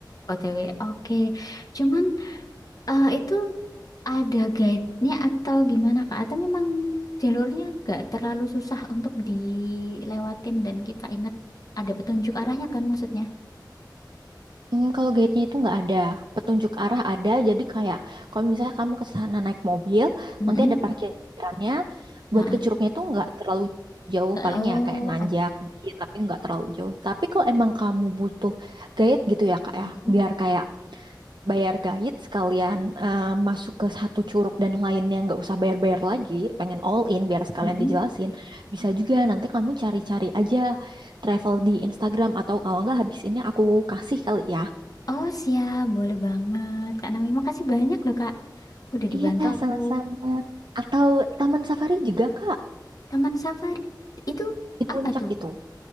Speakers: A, on the left (about 50°); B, on the right (about 75°).
A: OTW. Oke. Cuman eh, itu ada guide-nya atau gimana, Kak? Atau memang jalurnya nggak terlalu susah untuk dilewatin dan kita ingat ada petunjuk arahnya kan maksudnya?
B: Hmm, kalau guide-nya itu nggak ada, petunjuk arah ada. Jadi kayak kalau misalnya kamu ke sana naik mobil,
A: Mm-mm.
B: nanti ada parkirannya. Buat
A: Ah,
B: ke
A: ah.
B: curugnya itu nggak terlalu jauh,
A: Nggak-
B: paling
A: Oh,
B: ya kayak nanjak dikit, tapi nggak terlalu jauh. Tapi kalau emang kamu butuh guide gitu ya kak ya,
A: Mm-mm,
B: biar kayak bayar guide sekalian eh, masuk ke satu curug dan lainnya nggak usah bayar-bayar lagi, pengen all in biar sekalian
A: mm-mm.
B: dijelasin. Bisa juga nanti kamu cari-cari aja travel di Instagram atau kalau nggak habis ini aku kasih kali ya.
A: Oh siap, boleh banget. Kak Naomi makasih banyak loh Kak. Udah dibantu
B: Iya,
A: aku.
B: sama-sama. Atau Taman Safari juga, Kak.
A: Taman Safari, itu
B: Di puncak
A: apa tuh?
B: itu.